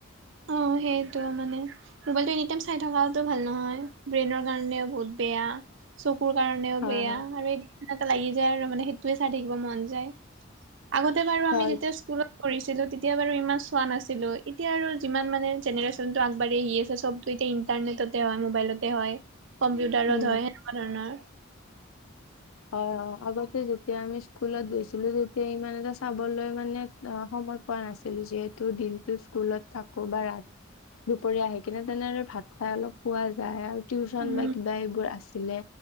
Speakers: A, on the right; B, on the left.
A: অ সেইটোৱে মানে। মোবাইলটো এনি টাইম চাই থকাটো ভাল নহয় ব্ৰেইনৰ কাৰণেও বহুত বেয়া, চকুৰ কাৰণেও
B: হয়
A: বেয়া
B: হয়
A: আৰু এই এটা লাগি যায় আৰু মানে সেইটোৱে চাই থাকিব মন যায়। আগতে বাৰু আমি
B: হয়
A: যেতিয়া স্কুলত পঢ়িছিলো তে তেতিয়া বাৰু ইমান চোৱা নাছিলোবএতিয়া আৰু যিমান মানে জেনেৰেশ্যনটো আগবাঢ়ি আহি আছে চব চব এতিয়া ইন্টাৰনেটতে হয় মোবাইলতে হয় কম্পিউটাৰত
B: উম
A: হয় সেনেকুৱা ধৰণৰ।
B: হয় হয় আগতে যেতিয়া আমি স্কুলত গৈছিলো তেতিয়া ইমান এটা চাবলৈ মানে আ সময় পোৱা নাছিলো যিহেতু দিনটো স্কুলত থাকো বা ৰাতি দুপৰীয়া আহি কিনে তেনে আৰু ভাত খাই অলপ সুৱা যায় আৰু। টিউচন
A: উম
B: বা কিবা এইবোৰ আছিলে